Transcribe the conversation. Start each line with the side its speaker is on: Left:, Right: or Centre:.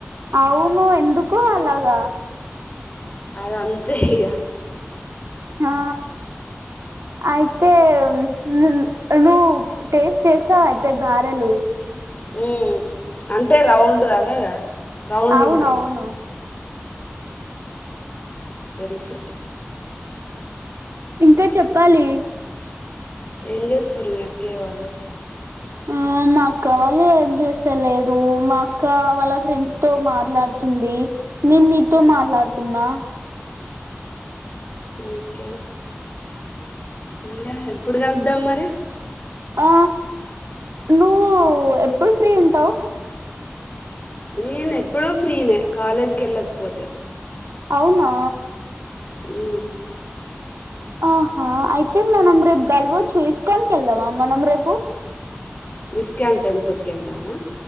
Right: అవును ఎందుకో అలాగా
Left: అది అంతే ఇగ
Right: ఆ అయితే ను నువ్వు టేస్ట్ చేస్తావ అయితే గారెలు
Left: ఆ అంటే రౌండ్ అవేగా రౌండ్
Right: అవునవును
Left: ఉంటాయి తెలుసు
Right: ఇంకా చెప్పాలి
Left: ఏం చేస్తారు మీ అక్కయ్య వాళ్ళు
Right: ఆ మా అక్క వాళ్ళు ఏం చేసలేదు మా అక్క వాళ్ళ ఫ్రెండ్స్ తో మాట్లాడుతుంది నేను నీతో మాట్లాడుతున్నా
Left: ఓకే ఇంకా ఎప్పుడు కలుద్దాం మరి
Right: ఆ నువ్వు ఎప్పుడు ఫ్రీ ఉం ఉంటావ్
Left: నేను ఎప్పుడూ ఫ్రీనే కాలేజకి వెళ్ళకపోతే
Right: అవునా
Left: హు
Right: ఆహా అయితే మనం రేపు గలవచూ ఇస్కాన్ కి వెళ్దామా మనం రేపు
Left: ఇస్కాన్ టెంపుల్కి వెళ్దామా